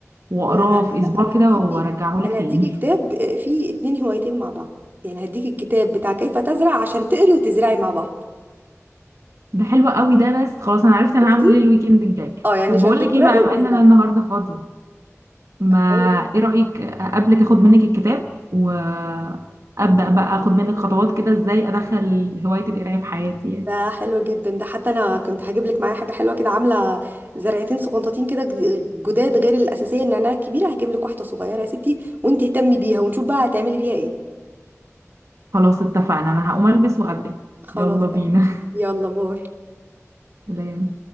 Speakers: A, on the right; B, on the right.
A: واقراه
B: لا لا
A: في
B: لا لا
A: اسبوع
B: انا هديكي
A: كده وارجعه لك
B: انا
A: تاني
B: هديكي كتاب فيه اتنين هوايتين مع بعض يعني هديكي الكتاب بتاع كيف تزرع عشان تقري وتزرعي مع بعض
A: ده حلو قوي ده بس خلاص انا عرفت انا
B: شفتي
A: هعمل ايه الويك اند الجاي
B: اه يعني
A: طب
B: عشان
A: بقول
B: تقراي
A: لك ايه بقى
B: وتزرعي
A: بما ان انا النهارده فاضيه ما
B: ايوه
A: ايه رايك قبلك اخد منك الكتاب وابدا بقى اخد منك خطوات كده ازاي ادخل هوايه القرايه في حياتي يعني
B: ده حلو جدا ده حتى انا كنت هجيب لك معايا حاجه حلوه كده عامله زرعتين سقنطتين كده ج- جداد غير الاساسيه النعناع الكبيره هجيب لك واحده صغيره يا ستي وانت اهتمي بيها ونشوف بقى هتعملي بيها ايه
A: خلاص اتفقنا انا هقوم البس وقابلك
B: خلاص
A: يلا
B: ده
A: بينا
B: يلا باي
A: <laughs> سلام